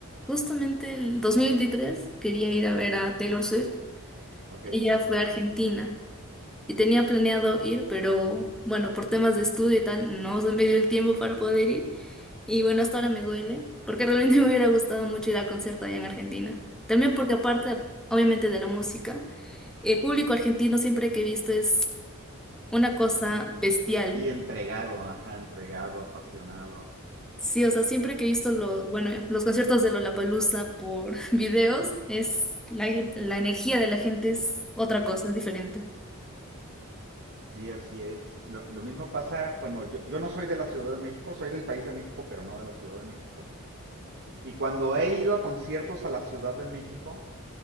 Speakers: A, in the centre; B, on the right.
A: justamente el 2023 quería ir a ver
B: Ujú.
A: a Taylor Swift.
B: Ok,
A: Ella
B: ajá.
A: fue a Argentina y tenía planeado ir, pero bueno, por temas de estudio y tal, no se me dio el tiempo para poder ir. Y bueno, hasta ahora me duele, porque realmente <laughs> me hubiera gustado mucho ir al concierto allá en Argentina. También porque aparte, obviamente, de la música, el público argentino siempre que he visto es una cosa
B: En-
A: bestial.
B: sí, entregado, ajá, entregado, apasionado.
A: Sí, o sea, siempre que he visto lo, bueno, eh, los conciertos de Lollapalooza por <laughs> videos, es la, e, la energía de la gente es otra cosa, es diferente.
B: Sí, así es. Lo, lo mismo pasa cuando yo, yo no soy de la Ciudad de México, soy del país de México, pero no de la Ciudad de México. Y cuando he ido a conciertos a la Ciudad de México,